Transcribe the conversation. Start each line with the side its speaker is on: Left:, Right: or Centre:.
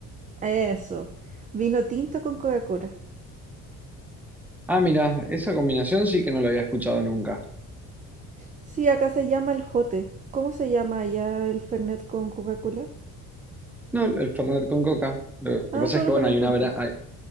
Right: Eso, vino tinto con Coca-Cola.
Centre: Ah, mira, esa combinación sí que no la había escuchado nunca.
Right: Sí, acá se llama el jote. ¿Cómo se llama allá el Fernet con Coca-Cola?
Centre: No, el Fernet con coca. Lo que
Right: Ah,
Centre: pasa
Right: solo
Centre: es que,
Right: Fernet
Centre: bueno, hay
Right: con
Centre: una... vera-
Right: Coca.
Centre: hay-